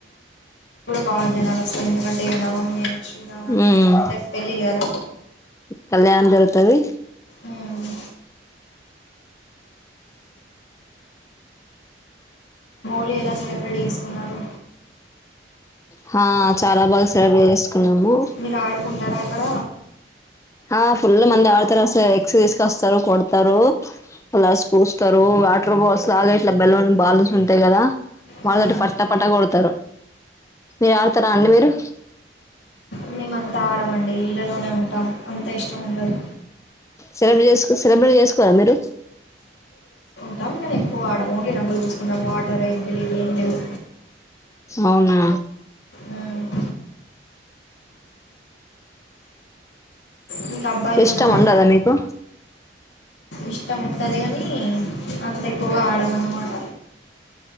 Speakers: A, on the left; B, on the left.
A: బా జనాలు వస్తారు ఎందుకంటే ఇగ నవమి శ్రీరామ
B: హుమ్
A: అంటే పెళ్ళి కదా
B: కళ్యాణం జరుగుతది
A: మ్మ్. లు ఎలా సెలబ్రేట్ చేసుకున్నారు
B: హా చాలా బాగా సెలబ్రేట్ చేసుకున్నాము
A: మీరు ఆడుకుంటారా అక్కడ
B: ఆ ఫుల్ మంది ఆడతార ఎక్స్ తీసుకొస్తారు కొడతారు ప్లస్ పూస్తారు వాటర్ బాల్స్ లాగా ఇట్లా బెలూన్ బాల్స్ బాల్స్ ఉంటాయి కదా వాళ్ళతోటి
A: మ్మ్.
B: పట్టా పట్టా కొడతారు మీరు ఆడతారా అండి మీరు
A: మేమంతా ఆడమండి ఇళ్లలోనే ఉంటాం అంత ఇష్టం ఇష్టముండదు
B: సెలబ్రేట్ చేస్కో సెలబ్రేట్ చేసుకోరా మీరు
A: అవున్గని ఎక్కువ ఆడం ఓన్లీ రంగు పూసుకుంటాం వాటర్ ఏం లేవు
B: అవునా
A: మ్మ్. మీకు అబ్బాయిలు
B: ఇ ఇష్టం
A: ఉన్నారా
B: ఉండదా మీకు
A: ఇష్టం ఉంటుంది కానీ అంత ఎక్కువగా ఆడమ అన్నమాట